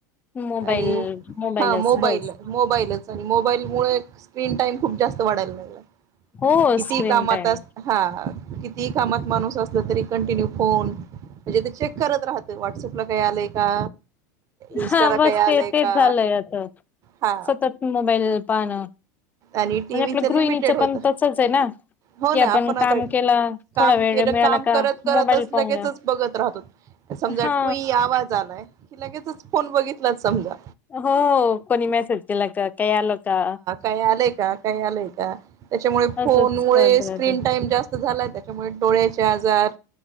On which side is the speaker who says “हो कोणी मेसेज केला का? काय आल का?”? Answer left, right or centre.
Left